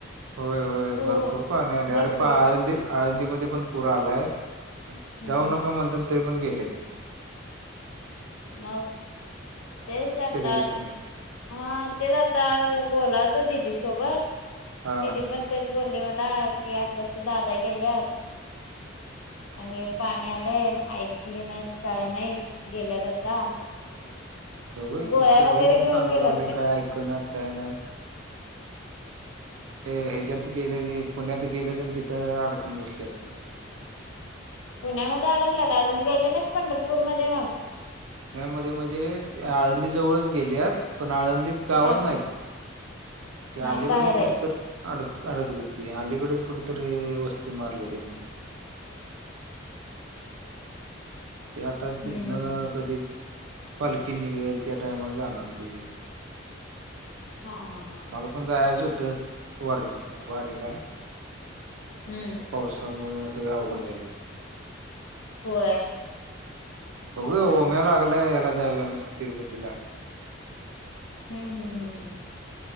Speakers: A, on the right; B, on the left.
A: होय होय
B: हो
A: भरपूर पाणी आलंय
B: भरपूर.
A: अरे पा आळंदी आळंदीमध्ये पण पुर आलाय
B: हम्म
A: जाऊ नका म्हणत्यात तरी पण गेलेत
B: मग
A: काय
B: ते जातात
A: ऐकतेच होय कुणाच
B: हा तेच आता बोलाल तो दिदी सोबत
A: हा
B: दिदी पण तेच बोलले मला की असं असं दादा गेलत
A: हा.
B: आणि पाणी आलंय ऐकली नाहीत काय नाहीत गेल्यात आता
A: अरे व्हय
B: गोळ्या
A: की सगळेजण
B: वगैरे घेऊन
A: सांगायला
B: गेल्यात
A: लागले काय ऐकनात काय नाहीत हे ह्याच्यात गेले पुण्यात गेले आणि तिथं अडकून बसले आहेत पुण्यामध्ये
B: पुण्यामध्ये अडकलात अजून गेली ना पंढरपूर मध्ये मग
A: पुण्यामध्ये म्हणजे ते आळंदी जवळच गेले पण आळंदीत गावात
B: हा
A: नाही ते
B: हा
A: अलीकडेच
B: बाहेर
A: कुठ
B: आहेत.
A: तर अडक अडकलेत ते अलीकडेच कुठ तरी वस्ती मारलीय त्यांनी ते आता
B: हम्म
A: तिथन
B: हम्म हम्म.
A: कधी पालखी निघळेल त्या टाइमाला जाणार ते
B: हा हा हा
A: आम्हाला
B: हा
A: पण जायचं होतं वारी वारीला, काही
B: हम्म
A: पावसामुळे सगळ अवघड झालंय.
B: होय.
A: बघू ओम्या लागलाय याला जाऊया तिरपतीला
B: हम्म हम्म हम्म